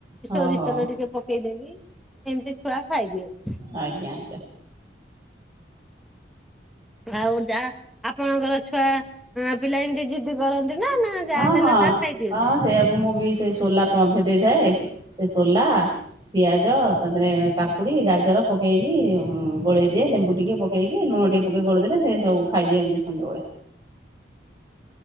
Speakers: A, on the right; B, in the centre.
A: ହଉ
B: ସୋରିଷ
A: ହଉ
B: ତେଲ ଟିକେ ପକେଇଦେବି ଏମ୍ତି ଛୁଆ ଖାଇଦିଅନ୍ତି।
A: ଆଜ୍ଞା ଆଜ୍ଞା।
B: ଆଉ ଯା ଆପଣଙ୍କର ଛୁଆ ପିଲା ଏମ୍ତି ଜିଦ୍ଦି କରନ୍ତି ନା ଯାହା
A: ହଁ-ହଁ-ହଁ
B: ଦେଲେ ତାହା ଖାଇଦିଅନ୍ତି।
A: ସେଇଆକୁ ମୁଁ ବି ସେ ସୋଲା ଭେଦେଇଥାଏ ସେ ସୋଲା ପିଆଜ ତାପରେ କାକୁଡି ଗାଜର ପକେଇକି ଗୋଳେଇ ଦିଏ ଲେମ୍ବୁ ଟିକେ ପକ୍ ପକେଇ କି ଲୁଣ ଟେ ପକେଇ ଗୋଲେଇ ଦେଲେ ସେ ସବୁ ଖାଇଦିଅନ୍ତି ସଞ୍ଜଓଳା।